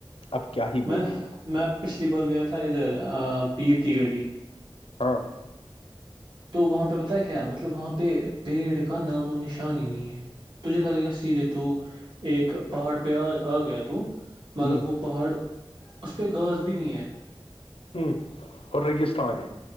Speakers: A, on the left; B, on the right.
A: اب کیا ہی
B: میں
A: بولے ان کو
B: میں پچھلی بار گیا تھا ادھر پیر کی گلی
A: ہاں
B: تو وہاں پہ پتا ہے کیا مطلب وہاں پہ پیڑ کا نام و نشان ہی نہیں ہے تجھے لگے گا سیدھے تو ایک پہاڑ پہ آ آ گیا تو مگر
A: ہ
B: وہ پہاڑ اس پہ گاس بھی نہیں ہے
A: ہمم اور رگستستان ہے